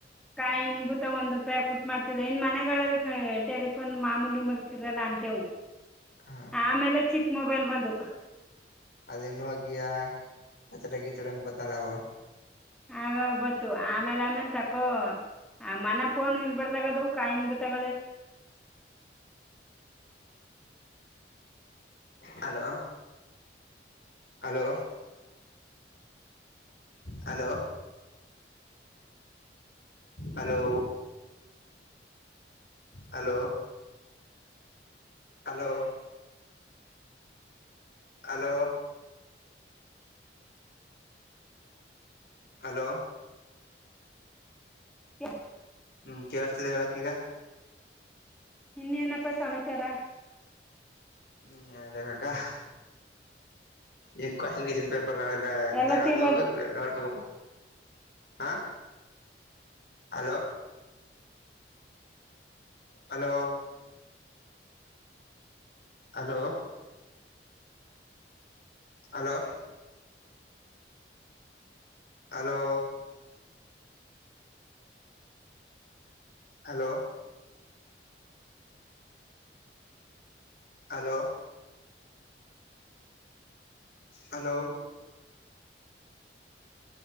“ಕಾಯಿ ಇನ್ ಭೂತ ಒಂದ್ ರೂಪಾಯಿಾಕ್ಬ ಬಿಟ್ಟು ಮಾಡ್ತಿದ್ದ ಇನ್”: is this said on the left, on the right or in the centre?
Centre